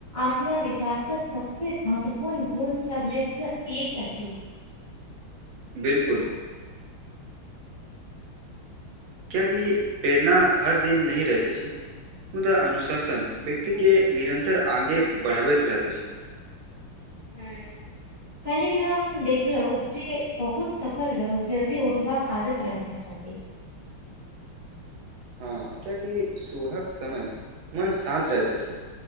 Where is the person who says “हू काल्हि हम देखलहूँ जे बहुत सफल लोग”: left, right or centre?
Left